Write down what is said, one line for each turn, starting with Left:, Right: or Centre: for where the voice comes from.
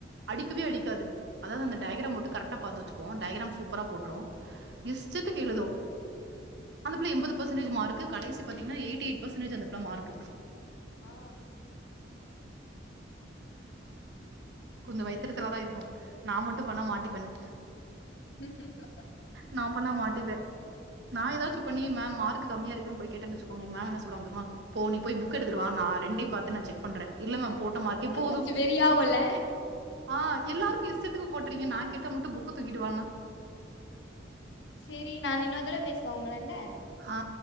Right: அடிக்கவே அடிக்காது அததா அந்த டயக்ராம் மட்டு கரெக்ட்டா பாத்து வெச்சிகு சூப்பரா போட்ரு இஷ்டத்துக்கு எழுது அந்த புள்ள எண்பது பர்சன்டேஜ் மார்க் கடைசி பாத்தீங்னா எயிட்டி எயிட் பர்சன்டேஜ் அந்த புள்ள மார்க்
Left: ஆ
Right: கொஞ்ச வைத்தரிச்சலாதா இருக்கு நா மட்டு பண்ணா மாட்டிப் பெண்ணு
Left: <inaudible>
Right: நா பண்ணா மாட்டிப்பே நா ஏதாச்சு பண்ணி மேம் மார்க் கம்மியா இருக்குன்னு போய் கேட்டேனு வச்சுக்கோயா எங்க மேம் என்ன சொல்லுவாங்க தெரியுமா போ நீ போய் புக் எடுத்துட்டு வா நா ரெண்டையு பாத்து நா செக் பண்ற இல்ல மேம் போட்டமாக்கி
Left: அப்பதா
Right: எப்போது
Left: கொஞ்சோ வெறியாவுல்ல
Right: அ எல்லார்க்கு இஸ் டத்துக்கு போட்றீங்க நா கேட்டா மட்டு புக்க தூக்கிட்டு வானா
Left: செரி நா இன்னொருதடவ பேசு வாங்குவேன்ல
Right: ஆ